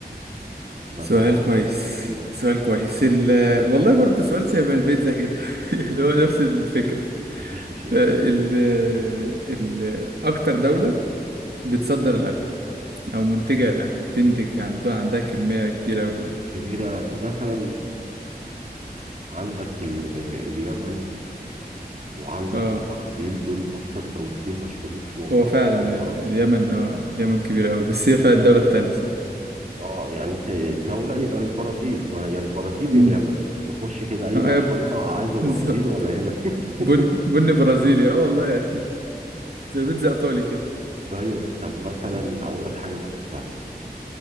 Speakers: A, on the right; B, on the right.
A: مثلا
B: سؤال كويس
A: مم.
B: سؤال كويس ال والله برضه سؤال شبه البيتزا كده <laughs> اللي هو نفس الفكرة
A: مفيش مشاكل
B: آه، ال ال أكتر دولة بتصدر القهوة أو منتجة القهوة تنتج عندها عندها كمية كبيرة أوي من القهوة.
A: كبيرة مثلا عندك ال- اليمن وعندك
B: اه
A: البرازيل دول أكتر دولتين مشهورين في موضوع
B: هو
A: البن
B: فعلا
A: بصراحة
B: ال- اليمن اه اليمن كبيرة أوي بس هي فيها الدولة التانية صح؟
A: اه يعني انت الدولة يبقى البرازيل ما هي البرازيل
B: مم.
A: يا اليمن تخش كده اي
B: اه
A: مطحنة
B: يا ب-
A: عايزه برازيل
B: ز-
A: ولا يمن <laughs>
B: بن بن برازيلي اه والله يعني زي بيتزا إيطالي كده
A: ايوه طب مثلا
B: اه
A: اقول لك حاجة برضو سهلة